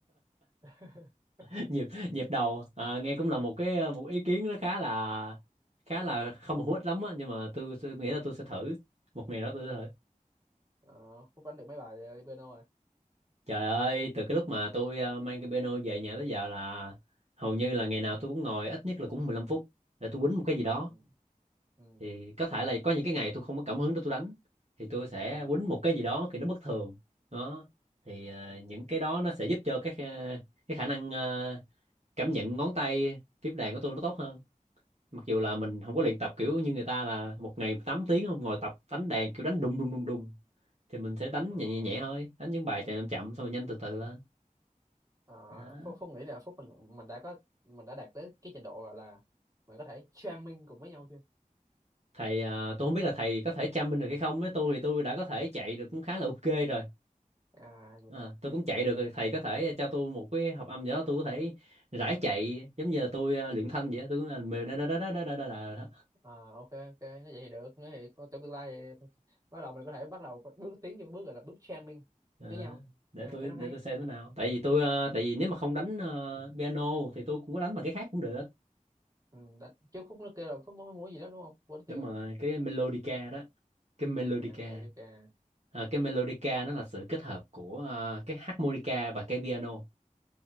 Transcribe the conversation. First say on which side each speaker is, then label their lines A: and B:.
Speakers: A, on the right (about 25°); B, on the right (about 50°).
A: <laughs>
B: <laughs> nhịp nhịp đầu à, nghe cũng là một cái ờ, một ý kiến nó khá là khá là không hữu ích lắm á nhưng mà tôi, tôi nghĩ là tôi sẽ thử một ngày đó tôi sẽ thử
A: Ờ, Phúc đánh được mấy bài ờ, piano rồi
B: trời ơi từ cái lúc mà tôi ờ, mang cái piano về nhà tới giờ là hầu như là ngày nào tôi cũng ngồi ít nhất là cũng 15 phút để tôi quýnh một cái gì đó
A: ừ, ừ,
B: thì có thể là có những cái ngày tôi không có cảm hứng để tôi đánh thì tôi sẽ
A: ừ,
B: quýnh một cái gì đó thì nó bất thường đó thì ờ,
A: ừ.
B: những cái đó nó sẽ giúp cho cái ờ, cái khả năng ờ, cảm nhận ngón tay tiếp đàn của tôi nó tốt hơn mặc dù là mình không có luyện tập kiểu như người ta là một ngày 8 tiếng không ngồi tập đánh đàn kiểu đánh đùng đùng đùng đùng thì mình sẽ đánh
A: Ờ.
B: nhẹ nhẹ, nhẹ thôi đánh những bài chạy chậm chậm xong rồi nhanh từ từ lên
A: Ờ,
B: đó
A: Phúc Phúc nghĩ là Phúc mình mình đã có mình đã đạt tới cái trình độ gọi là mình có thể jamming cùng với nhau chưa
B: thầy à, tôi không biết là thầy có thể chăm binh được hay không với tôi thì tôi đã có thể chạy được cũng khá là ok rồi
A: à vậy
B: à,
A: hả
B: tôi cũng chạy được rồi thầy có thể cho tôi một cái hợp âm gì đó tôi có thể rải chạy giống như là tôi à, luyện thanh vậy đó. tôi cũng là mề đó đó đó đó đó đó đó.
A: à, ok ok nói vậy thì được nói thì có trong tương lai thì bắt đầu mình có thể bắt đầu bước tiến vô cái bước gọi là bước jamming
B: Ờ,
A: với nhau
B: để
A: à,
B: tôi
A: cho nó
B: để
A: hay
B: tôi xem thế nào tại vì tôi ờ, tại vì nếu mà không đánh ờ, piano thì tôi cũng có đánh bằng cái khác cũng được
A: ừ, đã, trước Phúc nó kêu là Phúc muốn muốn gì đó đúng không quên tiêu
B: đúng
A: rồi
B: rồi cái melodica đó cái melodica
A: à America
B: Ờ, cái melodica nó là sự kết hợp của ờ, cái harmonica và cái piano